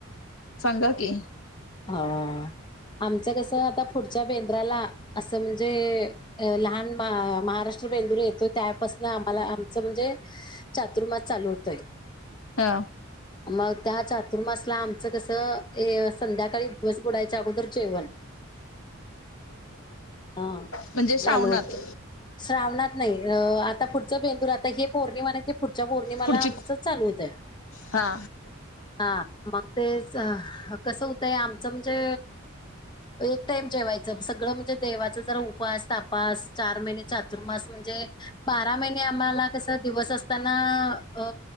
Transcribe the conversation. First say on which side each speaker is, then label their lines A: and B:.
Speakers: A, on the left (about 75°); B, on the left (about 20°).
A: सांगा की
B: अह आमचं कसं आता पुढच्या बेंद्राला असं म्हणजे अ लहान महाराष्ट्र बेंदुर येतोय त्यापासन आम्हाला आमचं म्हणजे चातुर्मास चालू होतोय.
A: हा
B: मग त्या चातुर्मासला आमचं कसं हे संध्याकाळी दिवस बुडायच्या अगोदर जेवण हा
A: म्हणजे श्रावणात
B: चालू होत. श्रावणात नाही आता पुढच बेंदूर तर हे पौर्णिमा नाही ते पुढच्या पौर्णिमाला
A: पुढची
B: आमचं चालू होतंय.
A: हा
B: हा मग तेच कसं होतंय आमचं म्हणजे एक टाइम जेवायचं सगळं म्हणजे देवाच जरा उपास तापास चार महिने चातुर्मास म्हणजे बारा महिने आम्हाला कस दिवस असताना अ